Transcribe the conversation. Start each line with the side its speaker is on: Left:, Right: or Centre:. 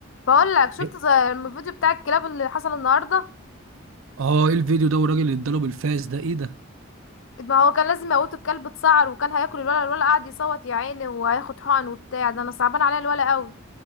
Left: بقول لك شفت
Right: إيه؟
Left: زي الفيديو بتاع الكلاب اللي حصل النهارده
Right: اه ايه الفيديو ده والراجل اللي اداله بالفاس ده ايه ده
Left: ما هو كان لازم يموتوا الكلب اتسعر وكان هياكل الولا الولا قاعد يصوت يا عيني وهياخد حقن وبتاع ده انا صعبان عليا الولا قوي